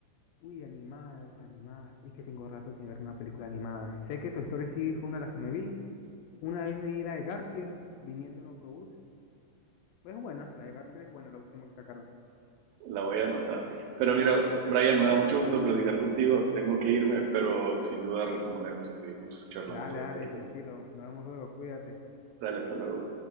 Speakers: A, on the left; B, on the right.
A: uy, animadas, animadas, y que tengo rato sin ver una película animada. Sé que Toy Story sí fue una de las que me vi. Una vez me di la de Garfield viniendo en un autobús. Es buena, la de Garfield es buena, la última que sacaron.
B: La voy a anotar. Pero mira, Brian, me da mucho gusto platicar contigo. Tengo que irme, pero sin duda retomaremos y seguimos charlando
A: Dale,
B: sobre
A: dale,
B: películas.
A: tranquilo. Nos vemos luego, cuídate.
B: Dale, hasta luego.